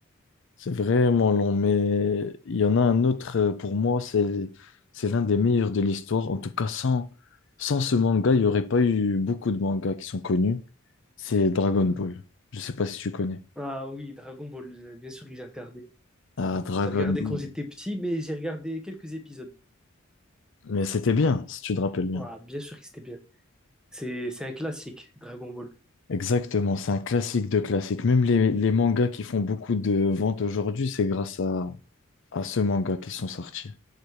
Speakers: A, on the left; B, in the centre.
A: C'est vraiment long, mais il y en a un autre euh, pour moi, c'est c'est l'un des meilleurs de l'histoire. En tout cas, sans, sans ce manga, il n'y aurait pas eu beaucoup de mangas qui sont connus. C'est Dragon Ball. Je ne sais pas si tu connais.
B: Ah oui, Dragon Ball, euh, bien sûr que j'ai regardé.
A: Ah, Dragon
B: J'ai regardé
A: Ball.
B: quand j'étais petit, mais j'ai regardé quelques épisodes.
A: Mais c'était bien, si tu te rappelles bien.
B: Ah, bien sûr que c'était bien. C'est c'est un classique, Dragon Ball.
A: Exactement, c'est un classique de classique. Même les, les mangas qui font beaucoup de ventes aujourd'hui, c'est grâce à, à ce manga qu'ils sont sortis.